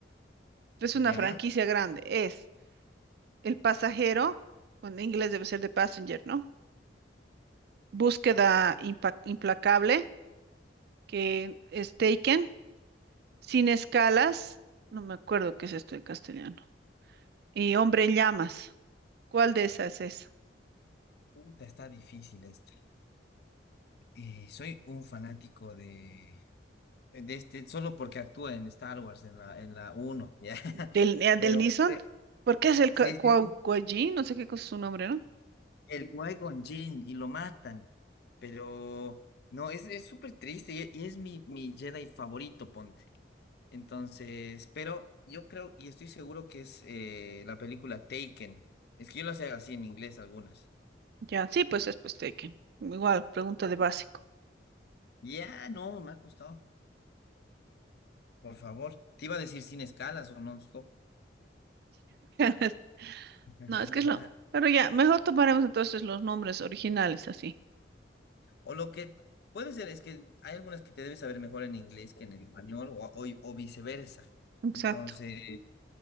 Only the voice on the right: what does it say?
Es
una franquicia grande. Es El Pasajero, o en inglés debe ser The Passenger, ¿no? Búsqueda Impa- implacable, que es Taken, Sin escalas, no me acuerdo qué es esto en castellano, y Hombre en llamas. ¿Cuál de esas es?
¿Del, eh,
del Neeson?
Porque es el
Kwao
No sé qué cosa es su nombre, ¿no?
Ya, sí, pues es pues Tekken. Igual, pregunta de básico.
<laughs>
No, es que es lo. Pero ya, mejor tomaremos entonces los nombres originales así.
Exacto.